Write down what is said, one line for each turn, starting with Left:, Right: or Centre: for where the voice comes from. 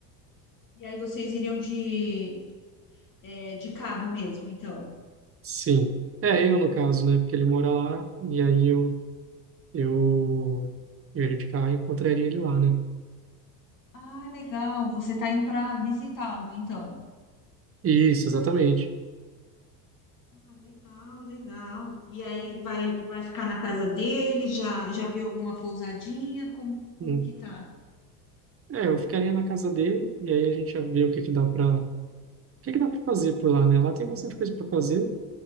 Left: E aí vocês iriam de é, de carro mesmo, então?
Right: Sim. É, eu no caso, né? Porque ele mora lá, e aí eu eu, eu iria de carro e encontraria ele lá, né?
Left: Ah, legal. Você está indo para visitá-lo, então.
Right: Isso, exatamente.
Left: Ah, legal, legal. E aí vai, vai ficar na casa dele? Já, já viu alguma pousadinha? Como, como
Right: Hum.
Left: que tá?
Right: É, eu ficaria na casa dele e aí a gente ia ver o que que dá para, o que que dá para fazer por lá, né? Lá tem bastante coisa para fazer.